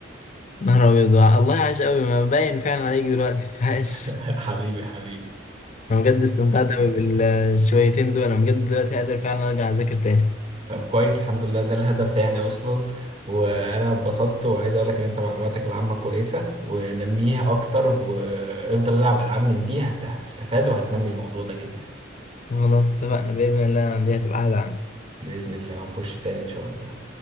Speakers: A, on the left; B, on the right.
A: نهار أبيض الله عاش أوي ما باين فعلا عليك دلوقتي <laughs> عاش
B: <laughs> حبيبي حبيبي
A: أنا بجد استمتعت أوي بالشويتين دول أنا بجد دلوقتي قادر فعلا أرجع أذاكر تاني
B: طب كويس الحمد لله ده الهدف يعني اصلا وانا اتبسطت وعايز اقول لك ان انت معلوماتك العامه كويسه ونميها اكتر وافضل العب العاب من دي هت- هتستفاد وهتنمي الموضوع ده جدا
A: خلاص اتفقنا بإذن الله دي هتبقى قاعدة عندي
B: باذن الله ونخش تاني ان شاء الله